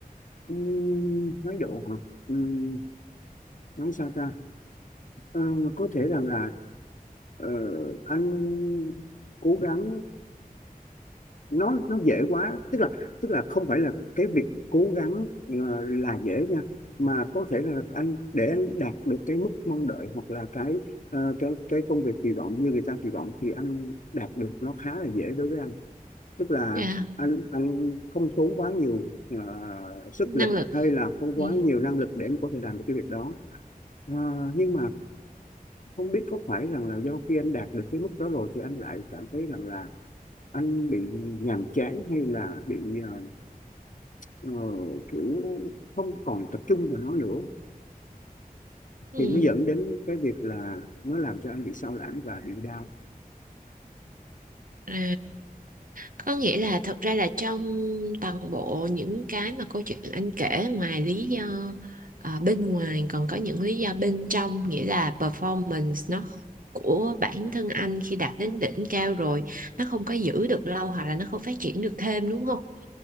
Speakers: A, on the left (about 55°); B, on the right (about 65°).
A: Ừm, thái độ hả Ừm, nói sao ta Ờ, có thể rằng là ờ, anh cố gắng nó nó dễ quá tức là tức là không phải là cái việc cố gắng là, là dễ nha mà có thể là anh để anh đạt được cái mức mong đợi hoặc là cái ờ, cái cái công việc kỳ vọng như người ta kỳ vọng thì anh đạt được nó khá là dễ đối với anh tức là
B: Dạ,
A: anh anh không tốn quá nhiều ờ, sức
B: năng
A: lực
B: lực.
A: hay là không
B: Ừ.
A: quá nhiều năng lực để mà có thể làm được cái việc đó Ờ, nhưng mà không biết có phải rằng là do khi anh đạt được cái mức đó rồi thì anh lại cảm thấy rằng là anh bị nhàm chán hay là bị ờ, ờ, kiểu không còn tập trung vào nó nữa
B: Ừ.
A: thì nó dẫn đến cái việc là nó làm cho anh bị sao lãng và bị đau
B: À, có nghĩa là thật ra là trong toàn bộ những cái mà câu chuyện anh kể ngoài lý do à, bên ngoài còn có những lý do bên trong nghĩa là performance nó của bản thân anh khi đạt đến đỉnh cao rồi nó không có giữ được lâu hoặc là nó không phát triển được thêm đúng không?